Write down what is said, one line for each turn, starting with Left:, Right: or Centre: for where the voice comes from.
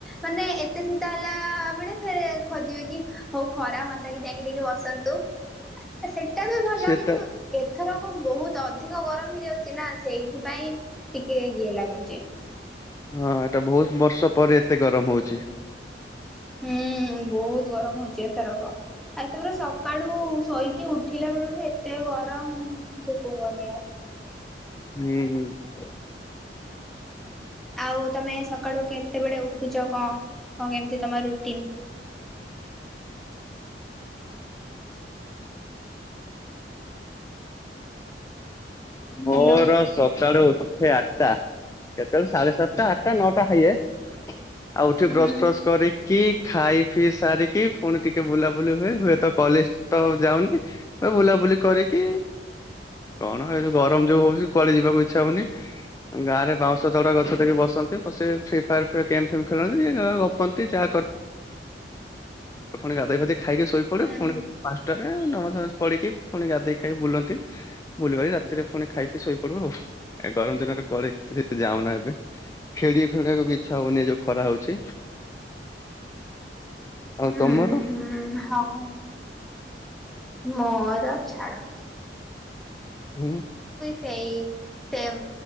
Centre: ମାନେ ଏତେ ଶୀତ ହେଲା ବେଳେ ଫ ଖୋଜିବେ କି ହଉ ଖରା ହୁଅନ୍ତା କି ଯାଇକିି ବସନ୍ତୁ ସେ ଏଟା ବି ଭଲ
Left: ସେଟା
Centre: କିନ୍ତୁ ଏଥରକ ବହୁତ ଅଧିକ ଗରମ ହେଇଯାଉଛି। ନା ସେଇଥିପାଇଁ ଟିକେ ଇଏ ଲାଗୁଛି।
Left: ହଁ ଏଟା ବହୁତ ବର୍ଷ ପରେ ଏତେ ଗରମ ହଉଛି।
Centre: ହୁଁ ବହୁତ ଗରମ ହଉଚି ଏ ଥରକ ।ଆଉ ଏତେ ପୁରା ସକାଳୁ ଶୋଇକି ଉଠିଲା ବେଳଠୁ ଏତେ ଗରମ ସେ କୁହନି ଆଉ।
Left: ହୁଁ ହଁ।
Centre: ଆଉ ତମେ ସକାଳୁ କେତେବେଳେ ଉଠୁଛ କଣ କଣ କେମିତି ତମ ରୁଟିନ୍?
Left: ମୋର
Centre: ହ୍ୟାଲୋ
Left: ସକାଳୁ ଉଠି ଉଠେ ଆଠଟା କେତେବେଳେ ସାଢେ ସାତଟା ଆଠଟା ନଅଟା ହେଇଯାଏ। ଆଉ ଉଠି
Centre: ହୁଁ।
Left: ବ୍ରସ
Centre: ହୁଁ।
Left: ଫ୍ରସ କରିକି ଖାଇ ପିଇ ସାରିକି ପୁଣି ଟିକେ ବୁଲାବୁଲି ହୁଏ ହୁଏତ କଲେଜ ତ ଯାଉନି ହୁ ବୁଲାବୁଲି କରିକି କଣ ଏ ଯଉ ଗରମ ଯୋଉ ହଉଛି କୁଆଡେ ଯିବାକୁ ଇଚ୍ଛା ହଉନି। ଗାଁରେ ବାଉଁ ତଉଡା ଗଛ ଦେଇକି ବସନ୍ତି ବସିକ ଫ୍ରି ଫାୟାର୍ ଫ କେମ୍ ଫେମ୍ ଖେଳନ୍ତି ଯିଏ ଗା ଗପନ୍ତି ଯାହା କରନ୍ତି। ଆପଣ ଗାଧେ ପାଧେ ଖାଇକି ଶୋଇପଡ଼େ
Centre: ହୁଁ
Left: ପୁଣି ପାଞ୍ଚଟା ରେ ନମାଜ ନଜ ପଢିକି ପୁଣି ଗାଧେଇ ଖାଇ ବୁଲନ୍ତି ବୁଲିବାରି ରାତିରେ ପୁଣି ଖାଇ ପି ଶୋଇପଡିବି ଆଉ। ଗରମ ଦିନରେ କରେ ଯାଉନା ଏବେ ଖେଳି ଫେଳିବାକୁ ବି ଇ୍ଛା ହଉନି ଯୋଉ ଖରା ହଉଛି। ଆଉ
Centre: ହୁଁ
Left: ତମର?
Centre: ହୁଁ ହଁ। ମୋର ଛାଡ଼।
Left: ହୁଁ।
Centre: ସେଇ ସେମ